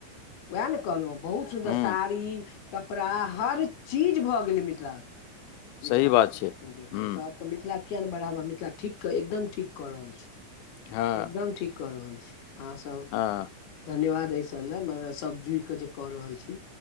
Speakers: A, on the left; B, on the left.
A: उएह न कहलहु बहुत सुन्दर
B: हूँ
A: साड़ी। कपड़ा हर चीज भऽ गेलैय मिथिलाक। मिथिलाक
B: सही बात छै
A: पेंटिंग पर
B: हूँ
A: तऽ मिथिला। मिथिला किया ने बढ़ाबा मिथिला ठीक क एकदम ठीक कऽ रहल छैय
B: हँ
A: एकदम ठीक क रहल छी अहाँ सब।
B: हाँ।
A: धन्यवाद ऐयसब लाए मने सब जुड़ कऽ जे कऽ रहल छी।